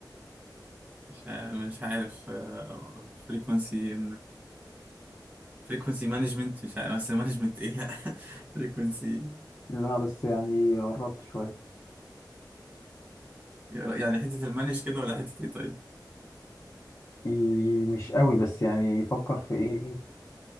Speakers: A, on the right; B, on the left.
A: مش عارف, مش عارف. آه فريكونسي فريكونسي مانجمنت مش عارف بس مانجمنت ايه لا <laughs> فريكونسي
B: لا بس يعني قربت شوية
A: يعني حتة المانج كده ولا حتة ايه طيب
B: إيه، مش قوي بس يعني فكر في ايه